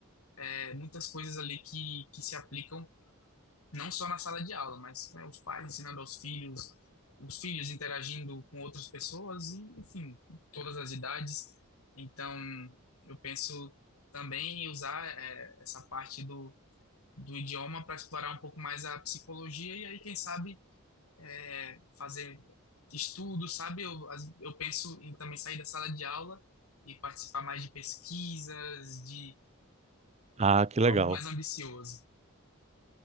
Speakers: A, on the left (about 90°); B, on the right (about 30°).
A: é, muitas coisas ali que, que se aplicam não só na sala de aula, mas né, os pais ensinando aos filhos, os filhos interagindo com outras pessoas e, enfim, todas as idades. Então, eu penso também em usar é, essa parte do do idioma para explorar um pouco mais a psicologia e aí, quem sabe, é, fazer estudos sabe? Eu, eu penso em também sair da sala de aula e participar mais de pesquisas, de
B: Ah, que legal.
A: algo mais ambicioso.